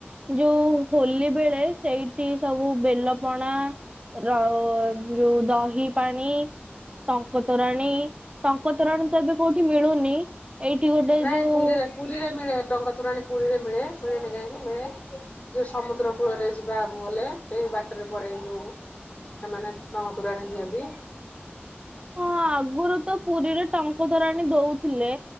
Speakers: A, on the right; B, on the left.
A: ଯୋଉ ହୋଲି ବେଳେ ସେଇଠି ସବୁ ବେଲ ପଣା ର ଯୋଉ ଦହି ପାଣି ଟଙ୍କତୋରାଣୀ ଟଙ୍କ ତରଣମ୍। ତ ଏବେ କୋଉଠି ମିଳୁନି ଏଇଠି ଗୋଟେ
B: ନାଇଁ
A: ଯୋଉ
B: ପୁରୀରେ ପୁରୀରେ ମିଳେ ଟଙ୍କା ତୋରଣୀ ପୁରୀରେ ମିଳେ ମିଳେନି କାହିଁକି ମିଳେ ଯଉ ସମୁଦ୍ର କୂଳରେ ଯିବା ଆଗକୁ ଗଲେ ସେଇ ବାଟରେ ପଡେ ଏ ଯୋଉ ସେମାନେ ଟଙ୍କ ଦୁରାଣି ଦିଅନ୍ତି।
A: ହଁ ଆଗରୁ ତ ପୁରୀରେ ଟଙ୍କ ତରାଣି ଦଉଥିଲେ